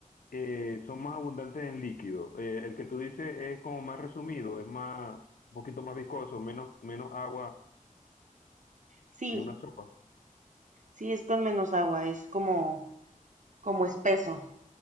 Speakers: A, on the left (about 75°); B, on the right (about 60°).
A: Eh, son más abundantes en líquido. Eh, el que tú dices es como más resumido, es más, un poquito más viscoso, menos, menos agua
B: Sí,
A: que una sopa.
B: sí, es con menos agua, es como, como espeso.